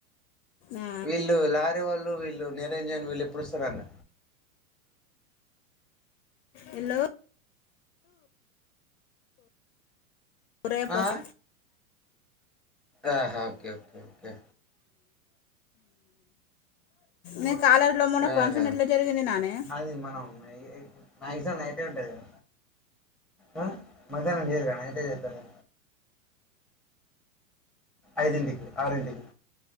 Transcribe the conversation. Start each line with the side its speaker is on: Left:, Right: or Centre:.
Left: ఆ,
Centre: వీళ్ళు లారీ వోళ్ళు వీళ్ళు నిరంజన్ వీళ్ళు ఎప్పుడస్తరట?
Left: హలో రేపొస్
Centre: ఆ ఆహా ఓకే ఓకే ఓకే.
Left: నీ కాలేజీలో మొన్న
Centre: ఆహ
Left: ఫంక్షన్ ఎట్లా జరిగింది నానే
Centre: అది మనం మక్సిమం నైటె ఉంటది కదా, ఆ మధ్యాహ్నం చేయరా? టె చేతను ఐదింటికి ఆరింటికి,